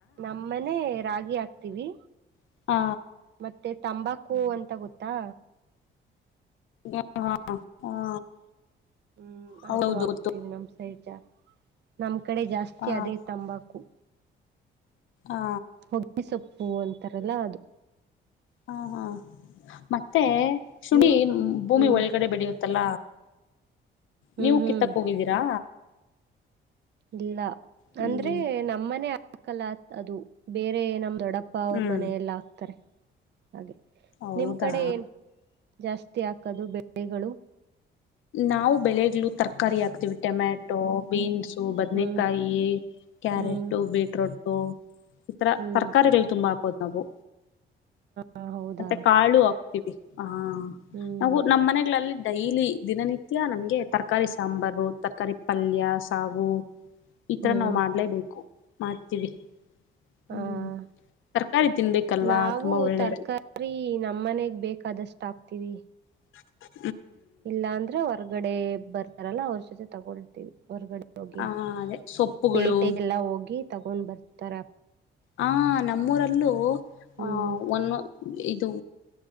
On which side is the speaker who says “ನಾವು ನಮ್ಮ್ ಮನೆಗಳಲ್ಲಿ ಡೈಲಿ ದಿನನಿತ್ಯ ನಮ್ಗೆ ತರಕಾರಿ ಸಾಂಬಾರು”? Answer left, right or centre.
Left